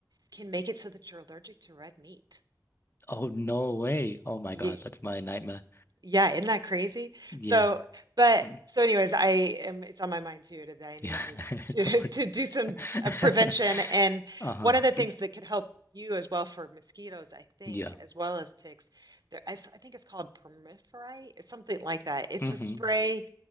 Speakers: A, on the right; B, on the left.
A: can make it so that you're allergic to red meat.
B: Oh no way. Oh my
A: Yeah,
B: God, that's my nightmare.
A: yeah, isn't that crazy?
B: Yeah.
A: So, but
B: Mm.
A: so anyways, I am it's on my mind too that I need
B: Yeah.
A: to
B: <laughs>
A: to
B: No
A: <laughs> to
B: worries.
A: do some
B: <laughs>
A: uh, prevention and
B: Uh-huh.
A: one of the things that could help you as well for mosquitoes, I think,
B: Yeah.
A: as well as ticks, there I, s- I think it's called permiferi, it's something like that. It's
B: Mm-hmm.
A: a spray